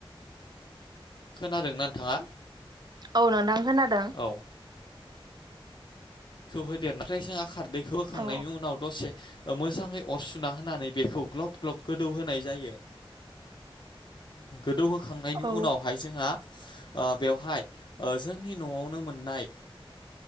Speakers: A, on the left; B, on the right.
A: खोनादोंना नोंथाङा?
B: औ नोंथां खोनादों
A: औ खौ होदेर ओमफ्राय जोंहा खारदैखौ होखांनायनि
B: औ
A: उनाव दसे ओ मोजाङै अर सुना होनानै बेखौ ग्लब ग्लब गोदौ होनाय जायो गोदौहोखांनायनि
B: औ
A: उनावहाय जोंहा ओ बेवहाय ओ जोंनि न'आवनो मोननाय